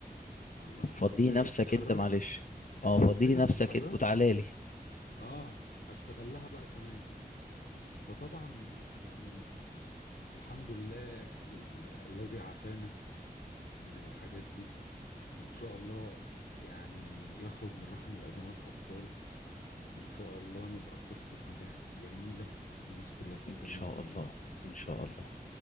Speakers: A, on the left; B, on the left.
A: الله
B: فضي
A: انت مش عايزه
B: نفسك
A: تتحركي
B: انت معلش
A: ده
B: اه
A: انت
B: فضي
A: مش عايزه
B: لي نفسك
A: تتحركي
B: انت وتعالى لي
A: اه اشتغل لها بقى كمان فطبعا يعني الحمد لله ال- الذي عافانا من الحاجات دي وان شاء الله يعني يخرج من رحم الازمات ابطال وان شاء الله نبقى قصه نجاح جميله الناس كلها تتكلم
B: ان شاء
A: عنها
B: الله ان شاء الله